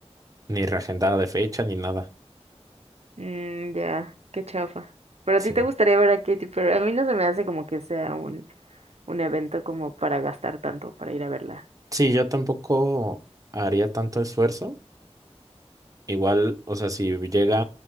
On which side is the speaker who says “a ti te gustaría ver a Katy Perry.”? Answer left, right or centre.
Right